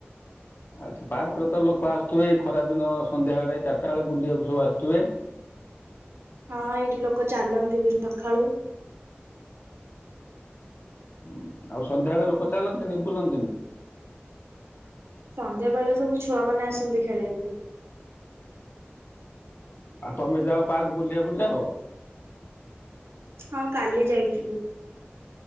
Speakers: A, on the left; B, on the right.
A: ସେ ପାର୍କରେ ତ ଲୋକ ଆସୁିଥିବେ ଏଇ ଖରା ଦିନ ସନ୍ଧ୍ୟା ବେଳେ ଚାରିଟା ବେଳେ ବୁଲିବାକୁ ସବୁ ଆସୁଥିବେ।
B: ହଁ ଏଇଠି ଲୋକ ଚାଲନ୍ତି ବି ସକାଳୁ।
A: ହୁଁ ଆଉ ସନ୍ଧ୍ୟାବେଳେ ଲୋକ ଚାଲନ୍ତିନି ବୁଲନ୍ତିନି।
B: ସନ୍ଧ୍ୟା ବେଳେ ସବୁ ଛୁଆ ମାନେ ଆସନ୍ତି ଖେଳିବାକୁ।
A: ଆଉ ତୋମେ ଯାଅ ପାର୍କ ବୁଲିବାକୁ ଯାଅ?
B: ହଁ କାଲି ଯାଇଥିଲୁ।